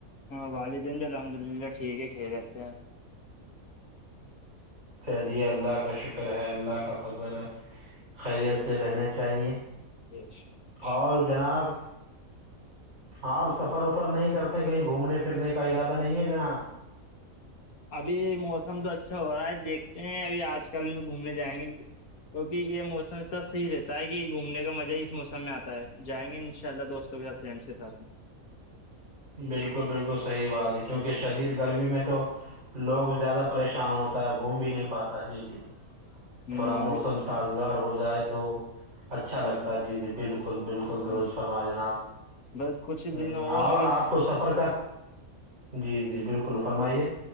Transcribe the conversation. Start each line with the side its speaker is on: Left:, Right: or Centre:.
Left: ہاں والدین ج الحمد للہ ٹھیک ہے کھی جس سے ہیں
Right: چلیے اللہ کا شکر ہے اللہ کا فضر ہے خیریت سے رہنے چاہیے
Left: <unintelligible>
Right: اور جناب آپ سفر وفر نہیں کرتے کہیں گھومنے پھرنے کا ارادہ نہیں ہے جنا آب
Left: ابھی موسم تو اچھا ہو رہا ہے دیکھتے ہیں ابھی آج کل میں گھومنے جائیں گے کیونکہ یہ موسم اتنا صحیح رہتا ہے کہ گھومنے کا مزہ ہی اس موسم میں آتا ہے جائیں گے ان شاء اللہ دوستوں کے ساتھ فرینڈس کے ساتھ میں
Right: بالکل بالکل صحیح بات ہے کیونکہ شدید گرمی میں تو لوگ زیادہ پریشان ہوتا ہے گھوم بھی نہیں پاتا جی جی
Left: ہ
Right: تھوڑا موسم
Left: ابھی
Right: سازگار ہو جائے تو اچھا لگتا جی جی بالکل بالکل بالکل درست
Left: ہوں،
Right: فرما جناب
Left: بس کچھ
Right: ہ
Left: دن
Right: اور
Left: ابھی
Right: آپ کو سفر کا جی جی بالکل فرمائیے